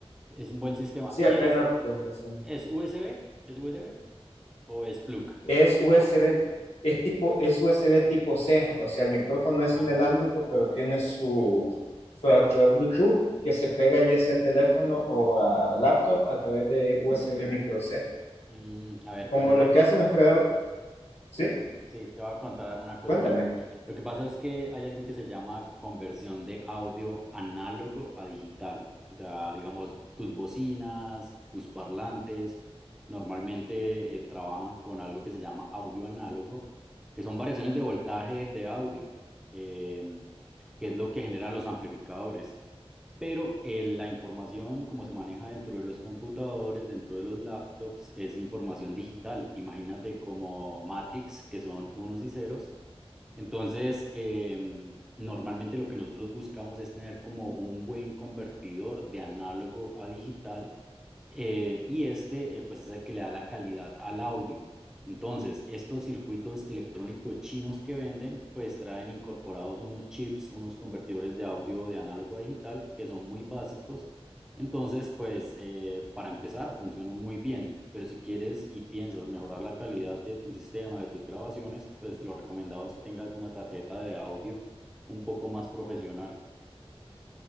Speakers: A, in the centre; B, on the left.
A: Es un buen sistema.
B: sí,
A: ¿Y
B: apenas
A: es,
B: pues empezamos.
A: es USB? ¿Es USB o es plug?
B: Es USB, es tipo, es USB tipo C, o sea, el micrófono es
A: Ah,
B: inalámbrico, pero tiene su, su adaptador Bluetooth que se pega ya sea a teléfono o a laptop a través de USB micro C.
A: mm, a ver,
B: Como
A: bueno,
B: los
A: te
B: que hacen los creadores, ¿sí?
A: Sí, sí, te voy a contar una cosa,
B: Cuéntame.
A: mira. Lo que pasa es que hay algo que se llama conversión de audio análogo a digital. O sea, digamos, tus bocinas, tus parlantes, normalmente eh, trabajan con algo que se llama audio análogo, que son variaciones de voltaje de audio, eh, que es lo que generan los amplificadores pero eh, la información como se maneja dentro de los computadores, dentro de los laptops, es información digital. Imagínate como Matrix, que son unos y ceros. Entonces, eh, normalmente lo que nosotros buscamos es tener como un buen convertidor de análogo a digital eh, y este, eh, pues es el que le da la calidad al audio. Entonces, estos circuitos electrónicos chinos que venden, pues traen incorporados unos chips, unos convertidores de audio de análogo a digital, que son muy básicos. Entonces, pues eh, para empezar, funcionan muy bien, pero si quieres y piensas mejorar la calidad de tu sistema, de tus grabaciones, pues lo recomendado es que tengas una tarjeta de audio un poco más profesional,